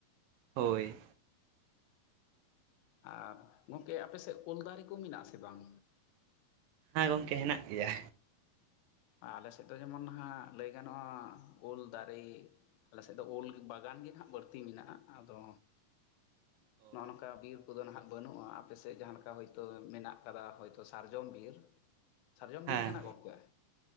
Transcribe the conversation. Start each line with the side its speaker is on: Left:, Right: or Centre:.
Right: ᱦᱳᱭ
Left: ᱟᱨ ᱜᱚᱢᱠᱮ ᱟᱯᱮᱥᱮᱫ ᱚᱞ ᱫᱟᱨᱮ ᱠᱚ ᱢᱮᱱᱟᱜᱼᱟ ᱥᱮ ᱵᱟᱝ᱾
Right: ᱦᱮᱸ ᱜᱚᱢᱠᱮ ᱦᱮᱱᱟᱜ ᱜᱮᱭᱟ᱾
Left: ᱟᱞᱮ ᱥᱮᱫ ᱫᱚ ᱡᱮᱢᱚᱱ ᱦᱜ ᱞᱟᱹᱭ ᱜᱟᱱᱚᱜᱼᱟ ᱩᱞ ᱫᱟᱨᱮ᱾ ᱟᱞᱮ ᱥᱮᱫ ᱫᱚ ᱩᱞ ᱵᱟᱜᱟᱱ ᱜᱮ ᱱᱟᱦᱟᱜ ᱵᱟᱹᱲᱛᱤ ᱢᱮᱱᱟᱜᱼᱟ ᱟᱫᱚ᱾
Right: <unintelligible>
Left: ᱱᱚᱜᱼᱚ ᱱᱚᱝᱠᱟ ᱵᱤᱨ ᱠᱚᱫᱚ ᱱᱟᱦᱟᱜ ᱵᱟᱹᱱᱩᱜᱼᱟ ᱟᱯᱮ ᱥᱮᱜ ᱡᱟᱦᱟᱸ ᱞᱮᱠᱟ ᱦᱤᱸᱛᱚᱜ ᱢᱮᱱᱟᱜ ᱟᱠᱟᱫᱟ ᱦᱳᱭᱛᱚ ᱥᱟᱨᱡᱚᱢ ᱵᱤᱨ᱾
Right: <inaudible>
Left: ᱥᱟᱨᱡᱚᱢ
Right: ᱦᱮᱸ
Left: ᱵᱤᱨ ᱠᱟᱱᱟ ᱜᱚᱢᱠᱮ᱾